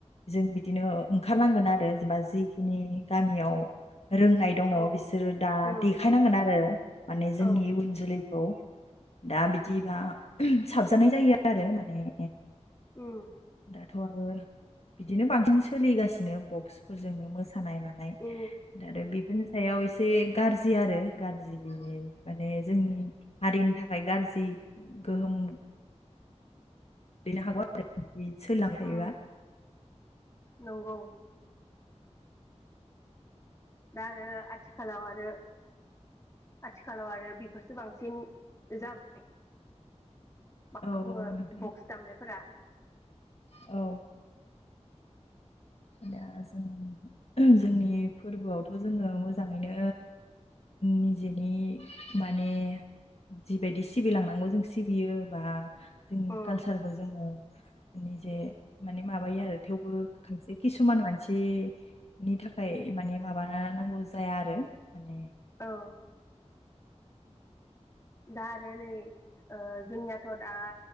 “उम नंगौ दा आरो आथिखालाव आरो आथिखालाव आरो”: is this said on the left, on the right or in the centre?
Left